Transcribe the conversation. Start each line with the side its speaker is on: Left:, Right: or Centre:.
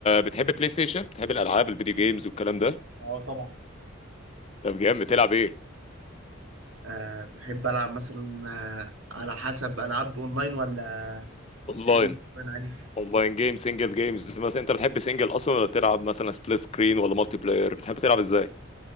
Left: بتحب بلاي ستيشن بتحب الالعاب الفيديو جيمز والكلام ده
Right: اه طبعا
Left: طب جامد بتلعب ايه
Right: أه بحب العب مثلا أه على حسب العاب اونلاين ولا
Left: اونلاين
Right: سنجل انا عادي
Left: اونلاين جيم سنجل جيمز مثلا انت بتحب سنجل اصلا ولا تلعب مثلا سبليت سكرين ولا مالتي بلاير بتحب تلعب ازاي